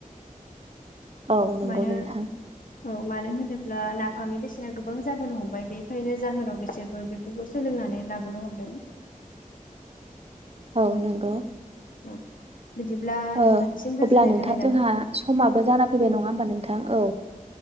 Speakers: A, on the right; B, on the left.
A: औ नंगौ
B: मानो
A: नोंथां
B: औ मानो होनो ब्ला नाफामनि बेसेना गोबां जाबोनो हमबाय बेखायनो जाहोनाव बिसोरबो बेफोरखौ सोलोंनानै लाबोनो हमदों।
A: औ नंगौ।
B: औ बिदिब्ला
A: ओ
B: नोंथांसिम गोजोननाय
A: अब्ला नोंथां
B: थाबाय नामा
A: जोंहा समाबो जाना फैबाय नङा होमबा नोंथां। औ